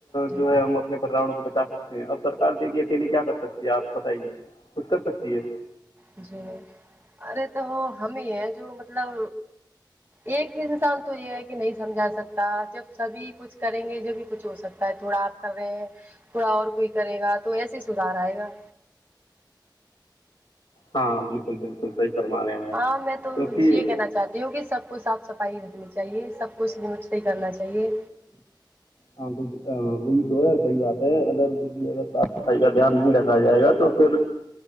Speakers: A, on the right; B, on the left.
A: جی
B: جو ہے ہم اپنے پرا کو بچا سکتے ہیں اب سرار دیک گی اکیلی کیا کر سکتی ہے آپ بتائیے کچھ کر سکتی ہے
A: جی نہیں ارے تو ہم ہی ہیں جو مطلب ایک انسان تو یہ ہے کہ نہیں سمجھا سکتا جب سبھی کچھ کریں گے جب کچھ ہو سکتا ہے تھوڑا آپ کر رہے ہیں تھوڑا اور کوئی کرے گا تو ایسے ہی سدھار آئے گا
B: ہاں بالکل بالکل صحی فرمانے ہیں آپ
A: ہاں میں تو
B: کیونکہ
A: یہ کہنا چاہوں چاہتی ہوں کہ سب کو صاف صفائی رکھنی چاہیے سب کو سمچی کرنا چاہیے
B: ہاں دیکھیے ہاں وہی تو ہے صحیح بات ہے اگر دیکھیے اگر صاف صفائی کا دھیان نہیں رکھا جائے گا تو پھر